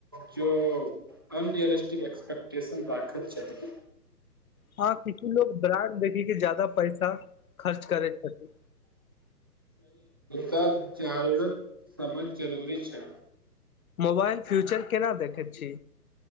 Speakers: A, on the right (about 15°); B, on the left (about 60°).
A: ज अनरियलिस्टिक ए्सपे्टेशन राखैत छैथ
B: हँ किछु लोग ब्रान्ड देखि के ज्यादा पैसा खर्च करै छथि
A: तऽ जरूरत समझ जरूरी छै
B: मोबाईल फ्यूचर केना देखैत छी